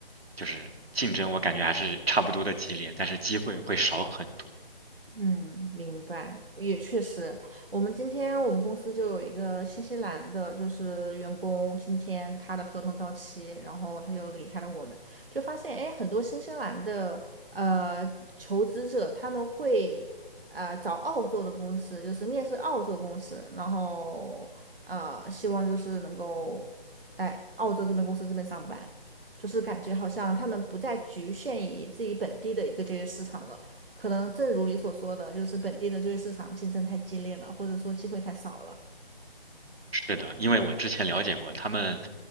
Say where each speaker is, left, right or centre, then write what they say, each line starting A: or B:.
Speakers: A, on the right; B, on the right.
A: 就是竞争我感觉还是差不多的激烈，但是机会会少很多。
B: 嗯，明白，也确实。我们今天我们公司就有一个新西兰的，就是员工，今天他的合同到期，然后他就离开了我们，就发现，哎，很多新西兰的呃求职者他们会呃找澳洲的公司，就是面试澳洲公司，然后呃希望就是能够哎澳洲这边公司这边上班，就是感觉好像他们不再局限于自己本地的一个就业市场了。可能正如你所说的，就是本地的就业市场竞争太激烈了，或者说机会太少了。
A: 是的，因为我之前了解过，他们